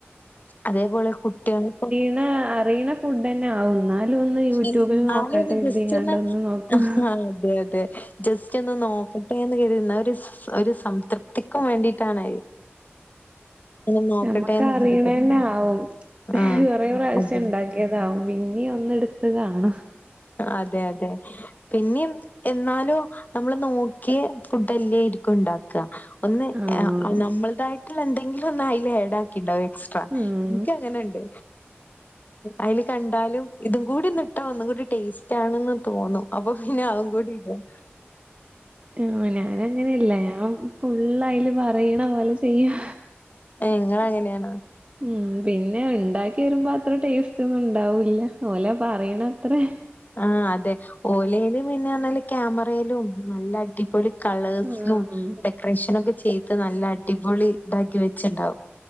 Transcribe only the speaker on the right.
ന്നെ അറിയണ ഫുഡ്ഡന്നാവും ന്നാ ലുവൊന്ന് യൂട്യൂബില്
നോക്കട്ടെ
കരുതിങ്ങാണ്ട്
ഒന്ന് നോക്കും
ഞമ്മക്ക് അറിയണന്നെ
ആവും
കൊറേ പ്രാവശ്യം
ഉണ്ടാക് ക്ക്യതാവും പിന്നേം ഒന്ന് എടുത്ത് കാണാം
ആഹ്
ഉം
ആഹ <inaudible> ഞാനങ്ങനെ അല്ല ഞാൻ ഫുള്ളയില് പറയണ പോലെ ചെയ്യും
ഉം പിന്നെ ഉണ്ടാക്കി വരുമ്പോ അത്ര ടേസ്റ്റ് ഒന്നും ഉണ്ടാവൂല്ല ഓലെ പറയണ ത്രേം
ആഹ്